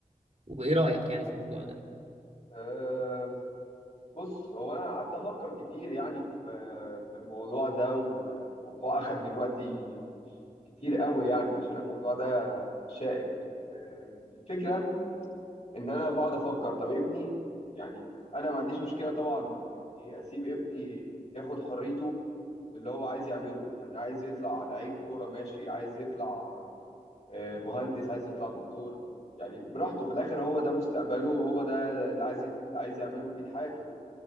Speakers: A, on the right (about 50°); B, on the left (about 50°).
A: وايه رأيك يعني في الموضوع ده
B: أه بص هو انا قعدت افكر كتير يعني في في الموضوع ده وموضوع اخد من وقتي كتير قوي يعني عشان الموضوع ده شائك أه الفكره ان انا بقعد افكر طب ابني يعني انا ما عنديش مشكله طبعا يعني ايه اسيب ابني ياخد حريته اللي هو عايز يعمله يعني عايز يطلع لعيب كوره ماشي عايز يطلع أه مهندس عايز يطلع دكتور يعني براحته في الاخر هو ده مستقبله وهو ده اللي عايز اللي عايز يعمله بقية حياته